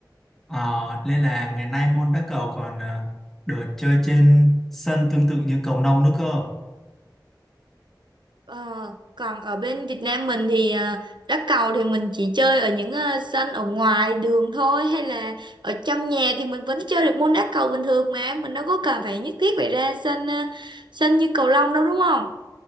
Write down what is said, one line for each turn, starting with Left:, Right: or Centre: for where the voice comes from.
Centre: Ờ, nên là ngày nay môn đá cầu còn ờ, được chơi trên sân tương tự như cầu lông nữa cơ.
Right: Ờ, còn ở bên Việt Nam mình thì ờ, đá cầu thì mình chỉ chơi ở những ờ, sân ở ngoài đường thôi hay là ở trong nhà thì mình vẫn chơi được môn đá cầu bình thường mà mình đâu có cần phải nhất thiết phải ra sân ờ, sân như cầu lông đâu đúng không?